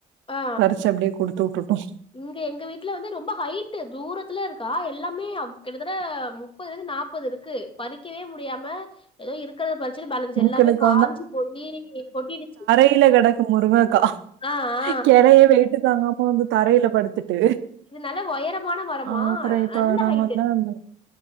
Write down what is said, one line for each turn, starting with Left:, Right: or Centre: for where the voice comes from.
Left: ஆ
Right: பறிச்சு அப்டியே கொடுத்து விட்டுட்டோ
Left: இங்க எங்க வீட்ல வந்து ரொம்ப ஹைட்டு தூரத்துல இருக்கா எ எல்லாமே அவ் கிட்டத்தட்ட முப்பதுலேர்ந்து நாப்பதுருக்கு பறிக்கவே முடியாம ஏதோ இருக்கிறத பரிச்சுட்டு பேலன்ஸ்
Right: எங்களுக்கு
Left: எல்லாமே காஞ்சு போய் கொட்டிடுச்சு
Right: கிழ கெடக்கு முருங்கக்கா
Left: ஆ ஆ
Right: கேரயே வெயிட்டு தாங்காம வந்து தரையில படுத்துட்டு
Left: இது நல்ல ஒயரமான மரமா
Right: அ அப்புற இப்ப
Left: நல்ல
Right: நாங்க
Left: ஹைட்டு
Right: வந்தா அந்த